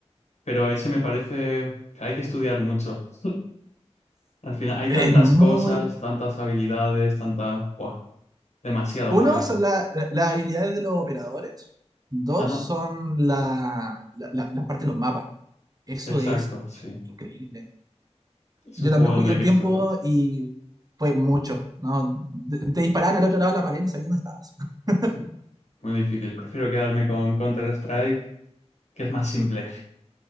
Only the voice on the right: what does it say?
Es
muy...
Uno,
son la- la- las habilidades de los operadores. Dos,
son la, la, la- la parte de los mapas. Eso
es
increíble.
Yo
también
jugué
un
tiempo
y fue mucho, ¿no? Te, te disparaban al otro lado de la pared, no sabías dónde estabas. <laughs>